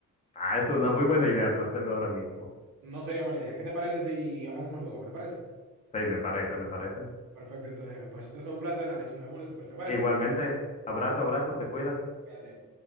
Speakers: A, on the left; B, on the right.
A: Ah, es una muy buena idea tú hacerlo ahora mismo.
B: No sería mala idea. ¿Qué te parece si hablamos luego? ¿Qué te parece?
A: Sí, me parece, me parece.
B: Perfecto, entonces, pues entonces un placer, Alex. Nos vemos después, ¿te parece?
A: Igualmente, abrazo, abrazo, te cuidas.
B: Cuídate.